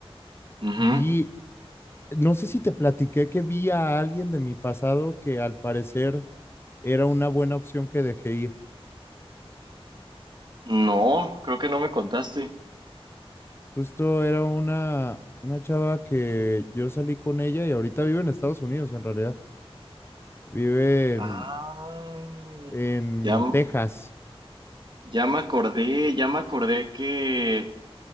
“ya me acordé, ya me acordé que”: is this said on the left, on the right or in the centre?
Right